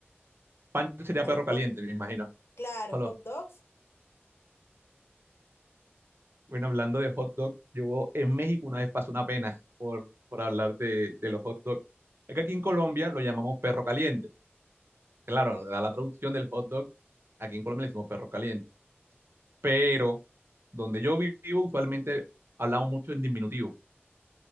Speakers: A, on the right (about 60°); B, on the left (about 75°).
A: Pancho sería
B: A
A: perro
B: los hot,
A: caliente, me imagino.
B: claro,
A: Hola.
B: hot dogs.
A: Bueno, hablando de hot dog, yo en México una vez pasó una pena por, por hablar de, de los hot dogs. Es que aquí en Colombia lo llamamos perro caliente. Claro, da la traducción del hot dog, aquí en Colombia le decimos perro caliente. Pero donde yo vivo, usualmente hablamos mucho en diminutivo